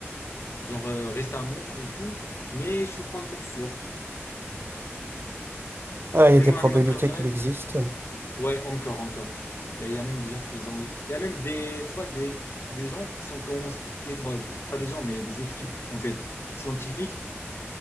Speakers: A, on the left (about 60°); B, on the right (about 55°).
A: genre euh, récemment et tout. Mais je suis pas encore sûr.
B: Ah, il
A: Mais
B: y a des
A: mon
B: probabilités
A: animal préféré,
B: qu'il existe.
A: Ouais, encore, encore. Et il y a même des gens qui les ont eu. Il y a même des, tu vois, des, des gens qui sont, qui ont- qui- bon, pas des gens, mais des équipes, en fait, scientifiques,